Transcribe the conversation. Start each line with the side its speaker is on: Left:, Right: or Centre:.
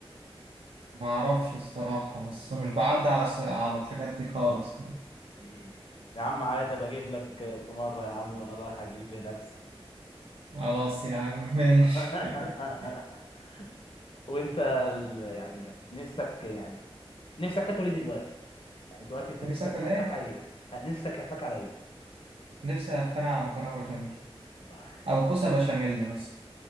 Right: ما اعرفش الصراحه بس مش بعدي على س... على الحاجات دي خالص
Left: مم. يا عم عادي ابقى اجيب لك آه، في مره يا عم وانا رايح اجيب لنفسي
Right: خلاص يا عم
Left: <laughs>
Right: ماشي <laughs>
Left: وانت ال- يعني نفسك يعني نفسك تاكل ايه دلوقتي؟ يعني دلوقتي انت
Right: نفسك
Left: نفسك
Right: ولا
Left: هفاك
Right: ايه
Left: على ايه؟ ه- نفسك هفاك على ايه؟
Right: نفسي أفنى على مكرونة بشاميل
Left: اخ
Right: أو كوسة بشاميل مثلا